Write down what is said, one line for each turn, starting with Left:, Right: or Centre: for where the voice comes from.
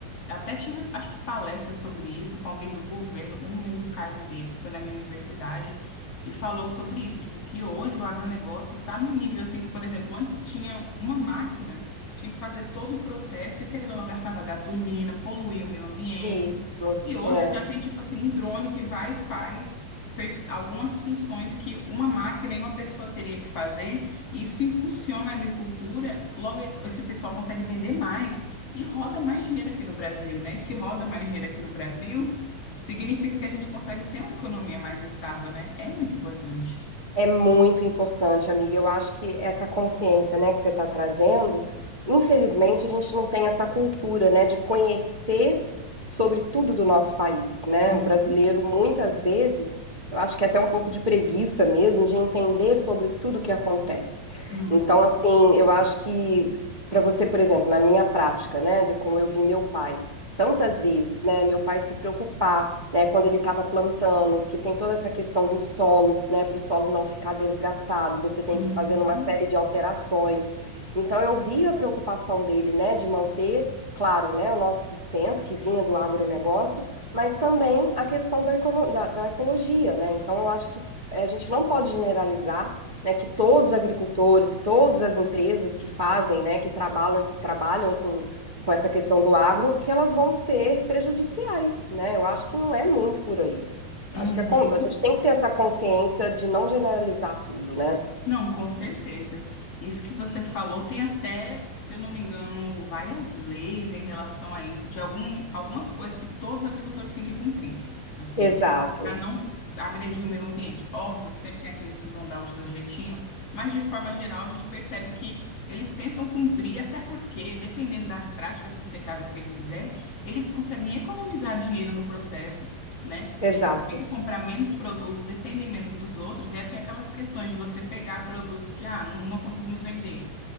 Left: Até tive, acho que palestra sobre isso com alguém do governo, eu não lembro o cargo dele, que foi na minha universidade, e falou sobre isso, tipo, que hoje o agronegócio está num nível assim que, por exemplo, antes tinha uma máquina, tinha que fazer todo o processo e querendo ou não gastava gasolina, poluía o meio ambiente.
Right: isso,
Left: E hoje
Right: é.
Left: já tem tipo assim um drone que vai e faz fe- algumas funções que uma máquina e uma pessoa teria que fazer, e isso impulsiona a agricultura, logo esse pessoal consegue vender mais. E roda mais dinheiro aqui no Brasil, né? E se roda mais dinheiro aqui no Brasil, significa que a gente consegue ter uma economia mais estável, né? É muito importante.
Right: É muito importante, amiga. Eu acho que essa consciência, né, que você está trazendo, infelizmente a gente não tem essa cultura, né, de conhecer sobre tudo do nosso país, né?
Left: Uhum,
Right: O brasileiro muitas vezes, eu acho que é até um pouco de preguiça mesmo de entender sobre tudo o que acontece.
Left: uhum,
Right: Então, assim, eu acho que para você, por exemplo, na minha prática, né, de como eu vi meu pai, tantas vezes, né, meu pai se preocupar né, quando ele estava plantando, que tem toda essa questão do solo, né, para o solo não ficar desgastado, você tem
Left: uhum.
Right: que fazer uma série de alterações. Então eu vi a preocupação dele, né, de manter, claro, né, o nosso sustento que vinha do agronegócio, mas também a questão da, econo- da- da ecologia, né? Então eu acho que a gente não pode generalizar, né, que todos os agricultores, que todas as empresas que fazem, né, que trabalham, trabalham com com essa questão do agro, que elas vão ser prejudiciais, né? Eu acho que não é muito por aí. Acho
Left: Uhum.
Right: que a, con- a gente tem que ter essa consciência de não generalizar tudo, né?
Left: Não, com certeza. Isso que você falou tem até, se eu não me engano, várias leis em relação a isso, de algum, algumas coisas que todos os agricultores têm que cumprir, assim,
Right: Exato,
Left: para não agredir o meio ambiente. Óbvio que sempre tem aqueles que vão dar o seu jeitinho, mas de forma geral a gente percebe que eles tentam cumprir, até porque, dependendo das práticas sustentáveis que eles fizerem, eles conseguem economizar dinheiro no processo. Né?
Right: exato,
Left: tem que comprar menos produtos, dependem menos dos outros, e aí tem aquelas questões de você pegar produtos que ah, não, não conseguimos vender,